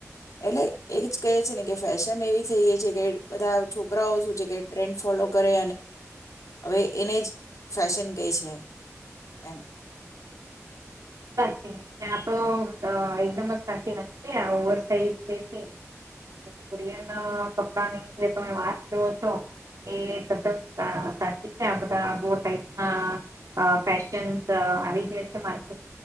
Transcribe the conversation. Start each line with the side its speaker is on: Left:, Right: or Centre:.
Left: એટલે એ જ કહે છે, ને કે ફેશન એવી થઈ ગઈ છે, કે બધા છો રાઓ શું છે, કે ટ્રેન્ડ ફોલો કરે હવે એને જ ફેશન ક છે, એમ.
Right: સાચી આપ એકદમ જ સાચી વાત છે, આ ઓવર સાઇઝ જે છે, કોરિયન કપડાની જે તમે વાત કરો છો એ તદ્દન સાચી છે, આ બધા બો ટાઈપ ના ફેશન આવી જાય છે.